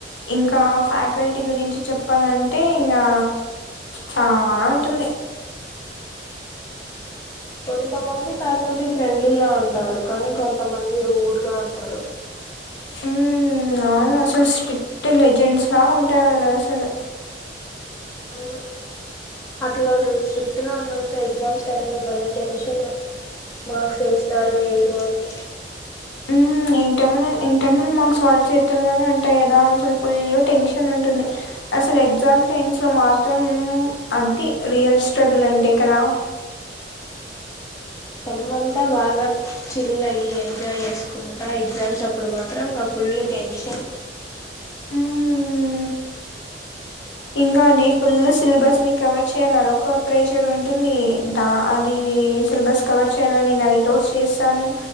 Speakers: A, on the left; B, on the left.
A: ఇంకా ఫ్యాకల్టీ గురించి చెప్పాలంటే ఇంకా చానా ఉంటుంది
B: కొంతమంది ఫ్యాకల్టీ ఫ్రెండ్లీగా ఉంటారు కానీ కొంతమంది రూడ్ గా ఉంటారు
A: మ్మ్ అవును అసలు స్ట్రిక్ట్ లెజెండ్స్ లాగా ఉంటారు వాళ్ళు అసలు
B: మ్ అట్లా స్ట్రిక్ట్ గా ఉన్నవాళ్ళతో ఎగ్జా ఎగ్జామ్స్ టైంలో భలే టెన్షన్ మార్క్స్ వేస్తారో వేయరో అని
A: మ్మ్ ఇంటర్నల్ ఇంటర్నల్ మార్క్స్ వాళ్ళ చేతుల్లోనే ఉంటాయి కదా అసలు ఫుల్ టెన్షన్ ఉంటుంది అసలు ఎగ్జామ్ టైమ్స్ లో మాత్రం అది రియల్ స్ట్రగుల్ అంటే కదా
B: సల్ అంతా బాగా చిల్ అయి ఎంజాయ్ చేసుకుంటా ఎగ్జామ్స్ అప్పుడు మాత్రం ఫుల్ టెన్షన్
A: మ్మ్ ఇంకా నీ ఫుల్ సిలబస్ ని కవర్ చేయాలది ఒక ప్రెషర్ ఉంటుంది ద అది సిలబస్ కవర్ చేయాలని నైట్అవుట్స్ చేసాము